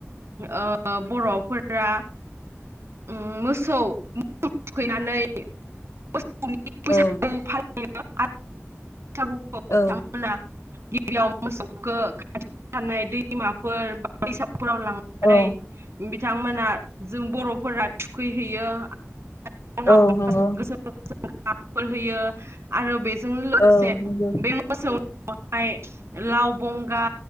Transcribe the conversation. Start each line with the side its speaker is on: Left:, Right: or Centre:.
Right: ओ बर' फोरा उम मोसौ <unintelligible> थुखैनानै <unintelligible> <unintelligible> बैसागु
Left: औ
Right: फा <inaudible> बैसागुखौ
Left: औ
Right: बिथांमोना गिबियाव मोसौखो खा <unintelligible> थानाय दैमाफोर बा दैसा फोराव लांनानै
Left: औ
Right: बि थांमोना जों बर'फोरा थुखैहैयो। <inaudible> <inaudible> <unintelligible>
Left: औ नंगौ
Right: फोर होयो आरो बेजों लोगोसे
Left: औ नंगौ
Right: बे मोसौ <unintelligible> खौहाय लाव बंगा